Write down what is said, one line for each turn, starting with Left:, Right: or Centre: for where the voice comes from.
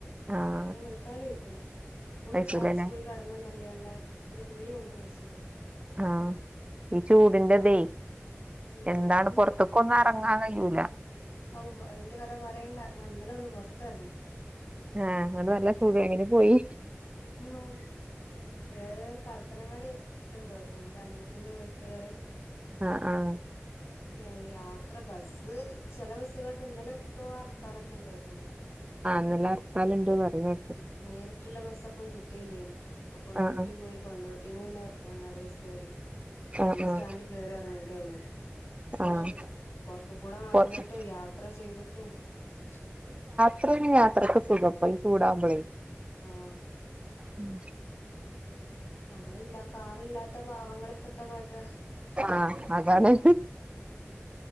Right: ആഹ്
Left: നേരം വെളുത്താലും ഒഴിക്കൂല ഇപ്പോഴും
Right: കഴിക്കൂലല്ലേ
Left: ചായ കുടിച്ചു പോയി കിടന്നാന്നല്ലാണ്ടേ ഒരു തുള്ളി മൂത്രം ഒഴിച്ചില്ല
Right: ആഹ് ഈ ചൂടിന്റെ ഇതേ
Left: ഞമ്മക്കും
Right: എന്താണ് പുറത്തേക്കൊന്നും ഇറങ്ങാൻ കഴിയൂല്ല
Left: ഔഹ് അതിന്റെ കഥ പറയേണ്ട ഞാൻ ഇന്നലെ ഒന്ന് പുറത്തിറങ്ങി
Right: ആഹ് അങ്ങോട്ട് നല്ല ചൂട് എങ്ങനെ പോയി
Left: ഉം ഏഹ് പറപ്പനങ്ങാടിറ്റം പോതിണ്ട് അനിയത്തിന്റെ വീട്ടുകാര്
Right: ആഹ് ആഹ്
Left: ഏഹ് യാത്ര ബസ്സ് ചില ബസ്സുകളൊക്കെ ഇന്നലെ എന്തോ ഹർത്താലൊക്കെ ഇണ്ടായിരുന്നല്ലോ
Right: ആഹ് ഇന്നലെ ഹർത്താലുണ്ടെന്ന് പറഞ്ഞ്
Left: ഉ നേരിട്ടുള്ള ബസ്സ അപ്പം കിട്ടിയില്ലേന് അപ്പൊ കൊണ്ടോട്ടി
Right: ആഹ്
Left: പോയി കൊണ്ടോട്ടീന്ന് പിന്നെ വെറെ പ്പനങ്ങാടി ബസ്സ് കേറി
Right: ആഹ്
Left: രണ്ട്
Right: ആഹ്
Left: സ്റ്റാൻഡിൽ കേറി ഏർങ്ങണ്ടി വന്നു
Right: ആഹ് ആഹ്
Left: ഔ പൊർത്ത് കൂടെ നടന്നിട്ടും
Right: പൊറത്ത്
Left: യാത്ര ചെയ്തിട്ടും ചൂട്
Right: ത്ര യാത്രക്കെ സുഖം പ്പം ഈ ചൂടാമ്പോളെ
Left: ആഹ്
Right: ഉം
Left: നമ്മളില്ല കാറില്ലാത്ത പാവങ്ങള് ഇപ്പത്താ കാട്ട
Right: ആഹ് അതാണ്